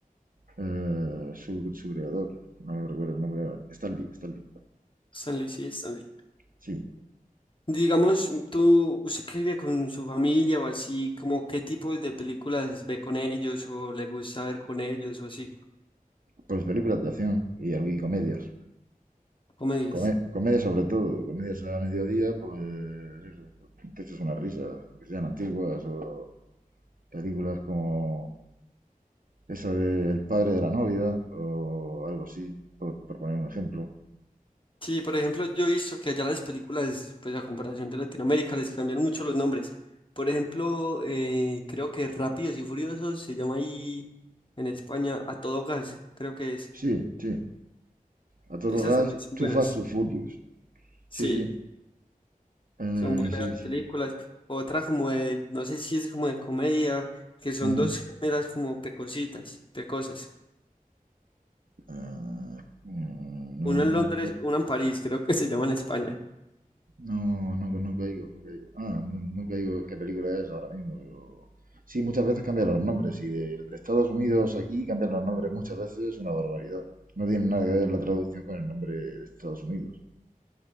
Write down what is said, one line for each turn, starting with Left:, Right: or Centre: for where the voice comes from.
Right: eh, su, su creador. No recuerdo el nombre. ahora. Stanley, Stanley.
Left: Stan Lee, sí, Stan Lee.
Right: Sí,
Left: Digamos, tú, usted que vive con su familia o así, como qué tipo de películas ve con ellos o le gusta ver con ellos o así,
Right: pues películas de acción y, y comedias.
Left: comedias.
Right: Come- comedia sobre todo, comedias a mediodía, pues eso, te echas unas risas, que sean antiguas o películas como esa del padre de la novia o algo así, por, por poner un ejemplo.
Left: Sí, por ejemplo, yo he visto que allá las películas, pues a comparación de Latinoamérica, les cambian mucho los nombres. Por ejemplo, eh, creo que Rápidos y Furiosos se llama ahí en España A Todo Gas, creo que es.
Right: Sí, sí, a todo
Left: Esas
Right: gas,
Left: también son
Right: too
Left: buenas.
Right: fast, too furious.
Left: Sí,
Right: Sí, sí, Eh,
Left: son buenas
Right: sí, sí.
Left: películas. Otra como de, no sé si es como de comedia, que son
Right: Ujú.
Left: dos géneras como pecositas, pecosas.
Right: Ah, mm, no,
Left: Una en
Right: no,
Left: Londres, una en París, creo que se llama en España.
Right: no, no, no, no caigo, no caigo. Ah, no, no caigo qué película es ahora mismo, pero... Sí, muchas veces cambian los nombres y de, de Estados Unidos aquí cambian los nombres muchas veces es una barbaridad. No tiene nada que ver la traducción con el nombre de Estados Unidos.